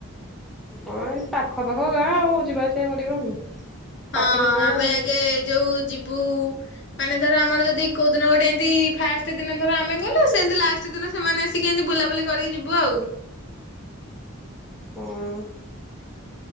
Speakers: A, in the centre; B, on the left (about 55°).
A: କଣ ଏମିତି ପାଖ ପାଖ ଗାଁ ଆଉ ଯିବା ଆସିବା କରିବନି। ପାଖରେ
B: ହଁ
A: ସାଙ୍ଗ
B: ଆମେ
A: ଆଉ
B: ଆଗେ ଯୋଉ ଯିବୁ ମାନେ ଧର ଆମର ଯଦି କୋଉ ଦିନ ଗୋଟେ ଏମତି ଫାଷ୍ଟ ଦିନ ଧର ଆମେ ଗଲୁ ସେମତି ଲାଷ୍ଟ ପ୍ରତିଦିନ ସେମାନେ ଆସିକି ଏମିତି ବୁଲାବୁଲି କରିକି ଯିବୁ ଆଉ
A: ହଁ।